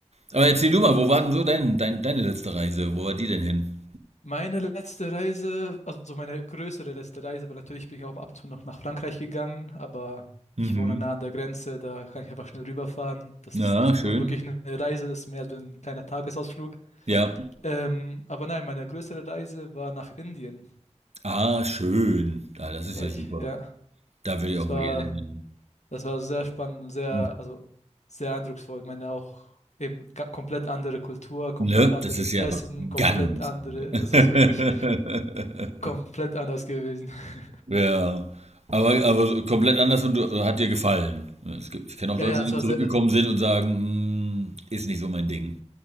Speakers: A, on the right; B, on the left.
A: Aber erzähl du mal, wo war denn so dein, dein, deine letzte Reise? Wo war die denn hin?
B: meine letzte Reise, also meine größere letzte Reise, weil natürlich bin ich auch ab und zu noch nach Frankreich gegangen, aber
A: Mhm.
B: ich wohne nah an der Grenze, da kann ich einfach schnell rüberfahren. Das
A: Ja,
B: ist nicht
A: schön.
B: so wirklich eine Reise, ist mehr so ein kleiner Tagesausflug.
A: Ja.
B: Ähm, aber nein, meine größere Reise war nach Indien,
A: Ah, schön. Ah, das ist
B: weil
A: ja
B: ich,
A: super.
B: ja,
A: Da würde ich
B: es
A: auch
B: war
A: mal gerne hin.
B: Das war sehr spannend sehr,
A: Hm,
B: also sehr eindrucksvoll. Ich meine auch eben ga- komplett andere Kultur, komplett
A: Ne?
B: anderes
A: Das ist ja
B: Essen,
A: einfach
B: komplett
A: ganz
B: andere,
A: anders.
B: also es ist wirklich
A: <laughs>
B: komplett anders gewesen. <laughs>
A: Ja. Aber, aber komplett anders und äh, hat dir gefallen. Es gibt, ich kenne auch
B: Ja,
A: Leute,
B: ja,
A: die
B: es war
A: zurückgekommen
B: sehr,
A: sind und sagen, "Mm, ist nicht so mein Ding.